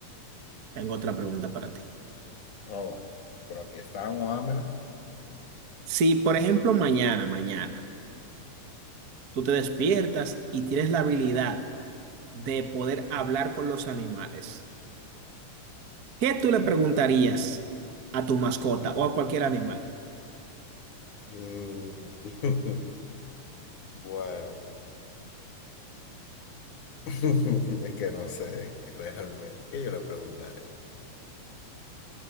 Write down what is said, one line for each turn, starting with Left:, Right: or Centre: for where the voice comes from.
Right: tengo otra pregunta para ti.
Left: Oh, pero aquí estamos, Ámela.
Right: Si, por ejemplo, mañana, mañana, tú te despiertas y tienes la habilidad de poder hablar con los animales, ¿qué tú le preguntarías a tu mascota o a cualquier animal?
Left: Mm, <laughs> Bueno, <laughs> es que no sé realmente. ¿Qué yo le preguntaría?